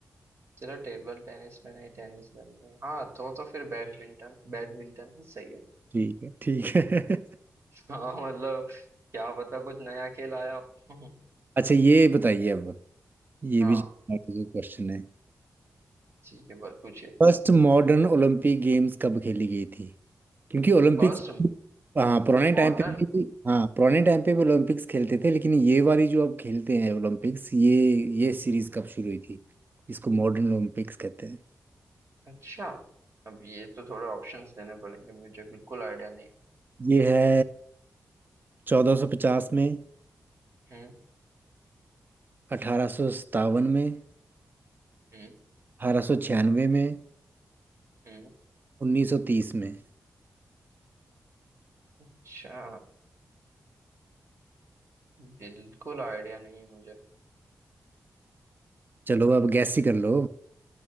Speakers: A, on the right; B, on the right.
A: चलो टेबल टेनिस में नहीं टेनिस में नहीं हाँ तो तो फिर बैडमिंटन बैडमिंटन ही सही है
B: ठीक है ठीक है <laughs>
A: हाँ मतलब क्या पता कुछ नया खेल आया हो। <laughs>
B: अच्छा ये बताइए अब ये
A: हाँ
B: भी क्वेश्चन है
A: ठीक है बस पूछिए
B: फर्स्ट मॉडर्न ओलंपिक गेम्स कब खेली गई थी क्योंकि ओलंपिक्स
A: First
B: हाँ पुराने टाइम
A: modern
B: पे भी हाँ पुराने टाइम पे भी ओलंपिक्स खेलते थे लेकिन ये वाली जो अब खेलते हैं ओलंपिक्स ये ये सीरीज कब शुरू हुई थी इसको मॉडर्न ओलंपिक्स कहते हैं
A: अच्छा अब ये तो थोड़े ऑप्शंस देने पड़ेंगे मुझे बिल्कुल आइडिया नहीं है
B: ये है 1450 में
A: हम्म
B: अठारह सौ सत्तावन में
A: हम्म
B: अठारह सौ छियानवे में
A: हम्म
B: 1930 में
A: अच्छा बिल्कुल आइडिया नहीं है मुझे
B: चलो अब गैस ही कर लो